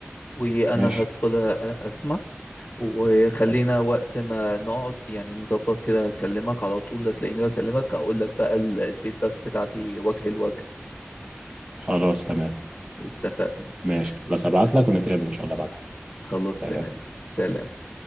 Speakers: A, on the left; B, on the right.
A: وانا
B: ماشي
A: هدخل أ- اسمع وخلينا
B: خلاص
A: وقت ما نقعد يعني نظبط كده اكلمك على طول لا تلاقيني بكلمك اقول لك بقى ال- الفيدباك بتاعتي وجه لوجه
B: خلاص تمام
A: اتفقنا
B: ماشي خلاص هبعت لك ونتقابل ان شاء الله بعدها
A: خلاص
B: سلام
A: تمام سلام